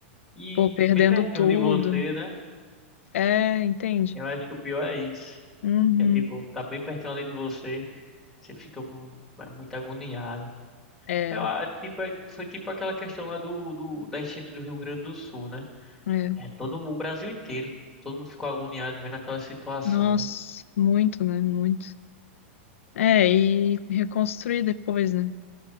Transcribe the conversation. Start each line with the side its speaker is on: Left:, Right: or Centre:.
Centre: E
Left: pô, perdendo
Centre: bem pertinho
Left: tudo.
Centre: de você, né?
Left: É, entende?
Centre: Eu acho que o pior é isso.
Left: Uhum.
Centre: Que é tipo, tá bem pertinho ali de você, você fica hum, é muito agoniado.
Left: É,
Centre: É, ah, tipo, é- foi tipo aquela questão lá do, do, da enchente do Rio Grande do Sul, né?
Left: é.
Centre: É todo mu- o Brasil inteiro, todo mundo ficou agoniado vendo aquela situação,
Left: Nossa,
Centre: né?
Left: muito, né? Muito. É, e reconstruir depois, né?